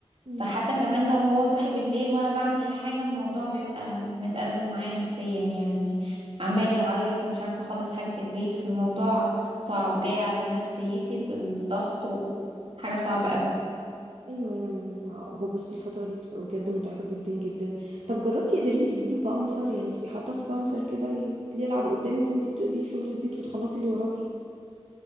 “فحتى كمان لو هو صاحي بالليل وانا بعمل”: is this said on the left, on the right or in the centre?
Right